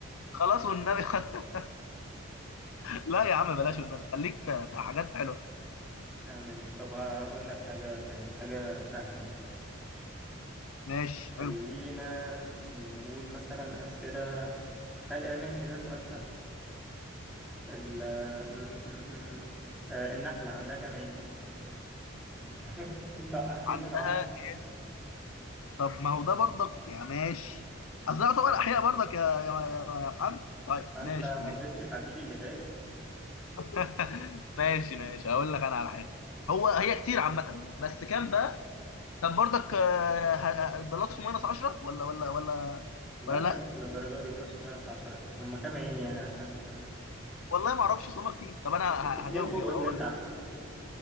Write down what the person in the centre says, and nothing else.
يا عم ماشي طب هقول لك حاجة تانية حاجة سهلة يعني
خلينا
نقول مثلا أسئلة خلي ماشي ده سؤال سهل ال... م... م... م... آه، النحلة عندها كام عين؟ <laughs> أنت وقعتني
أنا
ما
انت ما
رضيتش تعدي لي اللي فات
لا
لا مش للدرجه دي بلس وماينس 10 هم كام عين يعني عشان
ات- اتنين
فوق
واتنين
تحت